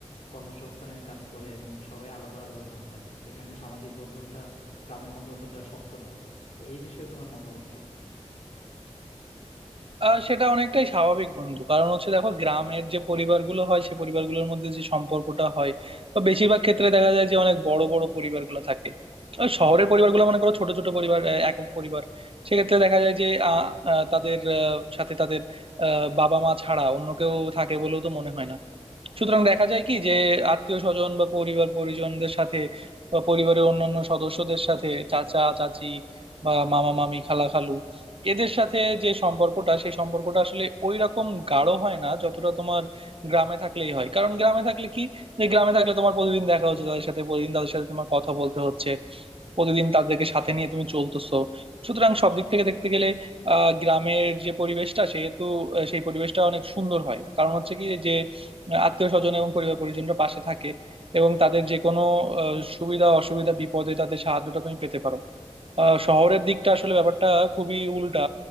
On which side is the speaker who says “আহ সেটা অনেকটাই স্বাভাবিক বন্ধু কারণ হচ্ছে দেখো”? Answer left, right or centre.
Right